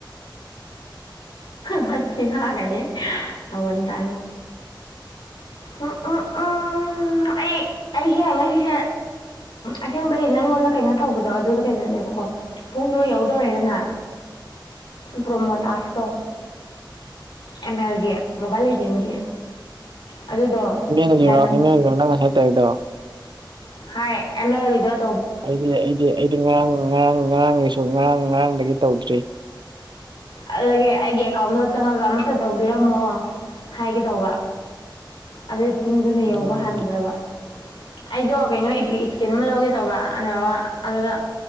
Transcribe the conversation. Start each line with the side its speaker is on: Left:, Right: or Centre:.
Left: ꯃ ꯊꯤ ꯍꯥꯏꯦꯟ ꯇ ꯎꯝ ꯎꯝ ꯎꯝ ꯑꯩ ꯑꯩꯁꯦ ꯉꯁꯤꯁꯦ ꯑꯁꯦꯡꯕꯩ ꯅꯪꯉꯣꯟꯗ ꯀꯩꯅꯣ ꯇꯧꯕꯗꯣ ꯑꯗꯨꯗ ꯕꯀꯣ ꯄꯨꯡꯗꯣ ꯌꯎꯗꯧꯔꯦꯗꯅ
Right: <unintelligible>
Left: ꯄ꯭ꯔꯣꯃꯣ ꯇꯥꯛꯁꯇꯣ ꯑꯦꯝ ꯑꯦꯜꯒꯤ ꯃꯣꯕꯥꯏꯜ ꯑꯦꯖꯦꯟꯒꯤ ꯑꯗꯨꯗꯣ
Right: ꯑꯦꯝ ꯑꯦꯒꯤꯔꯣ
Left: ꯗꯥꯏꯃꯟ
Right: ꯑꯦꯝ ꯑꯦꯒꯤꯔꯣ ꯅꯪ ꯉꯁꯥꯏ ꯇꯧꯔꯤꯗꯣ
Left: ꯍꯥꯏ ꯑꯅ ꯍꯗ
Right: ꯑꯩꯗꯤ ꯑꯩꯗꯤ ꯑꯩꯗꯤ ꯉꯔꯥꯡ ꯉꯔꯥꯡ ꯉꯔꯥꯡꯒꯤꯁꯨ ꯉꯔꯥꯡ ꯉꯔꯥꯡꯗꯒꯤ ꯇꯧꯗ꯭ꯔꯤ
Left: ꯑꯗꯨꯗꯒꯤ ꯑꯩꯒꯤ ꯑꯦꯀꯥꯎꯟꯗꯣ ꯆꯪꯉꯒ ꯑꯃꯠꯇ ꯇꯧꯕꯤꯔꯝꯃꯣ ꯍꯥꯏꯒꯦ ꯇꯧꯕ ꯑꯗꯨ ꯄꯨꯡꯗꯨꯅ ꯌꯧꯕ
Right: ꯅꯪꯒꯤ
Left: ꯍꯟꯈ꯭ꯔꯕ ꯑꯩꯗꯣ ꯀꯩꯅꯣ ꯏꯄꯤ ꯏꯁꯀꯤꯟ ꯑꯃ ꯂꯧꯒꯦ ꯇꯧꯕ <unintelligible> ꯑꯗꯨꯗ